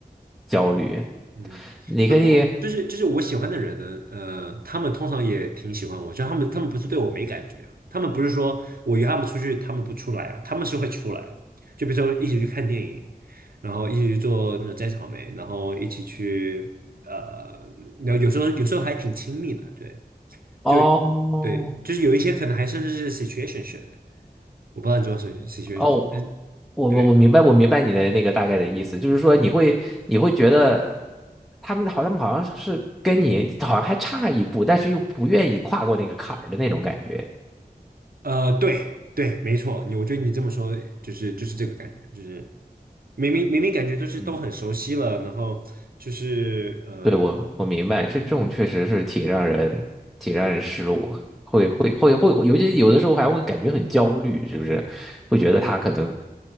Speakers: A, in the centre; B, on the right.
A: 焦虑。
B: 嗯，
A: 你可以
B: 不过就是就是我喜欢的人呢，呃，他们通常也挺喜欢我，就他们他们不是对我没感觉，他们不是说我约他们出去，他们不出来啊，他们是会出来，就比如说一起去看电影，然后一起去做那种摘草莓，然后一起去呃，然后有时候有时候还挺亲密的，对，
A: 哦。
B: 就对，就是有一些可能还甚至是 situationship，我不知道你知道什 s i t u
A: 哦，
B: a t i o n s
A: 我我我明白，
B: 对，
A: 我明白你的那个大概的意思，就是说你会你会觉得他们好，他们好像是跟你好像还差一步，但是又不愿意跨过那个坎儿的那种感觉。
B: 呃，对对，没错，你我觉得你这么说就是就是这个感觉，就是。明明明明感觉都是都很熟悉了，
A: 嗯。
B: 然后就是呃
A: 对，我我明白，这这种确实是挺让人挺让人失落，会会会会，
B: 嗯，
A: 尤其有的时候还会感觉很焦虑，是不是？会觉得他可能